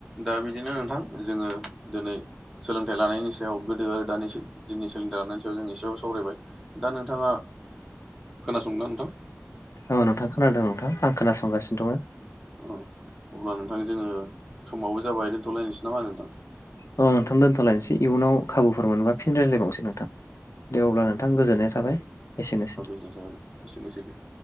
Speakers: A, in the centre; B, on the left (about 70°).
A: दा बिदिनो नोंथां जोङो दिनै ओ सोलोंथाइ लानायनि सायाव गोदो आरो दानि दिननि सोलोंथाइ लानायनि सायाव जों एसेबबो सावरायबाय। दा नोंथाङा खोनासंनो ना नोंथां
B: औ नोंथां खोनादों नोंथां आं खोनासंगासिनो दङ।
A: औ अब्ला नोंथां जोङो समावबो जाबाय दोनथ'लायनोसै नामा नोंथां।
B: औ नथां दोनथ'लायनोसै इयुनाव खाबुफोर मोनबा फिन रायज्लायबावनोसै नोंथां। दे अब्ला नोंथां गोजोननाय थाबाय एसेनोसै।
A: औ गोजोननाय थाबाय दे। एसेनोसै दे।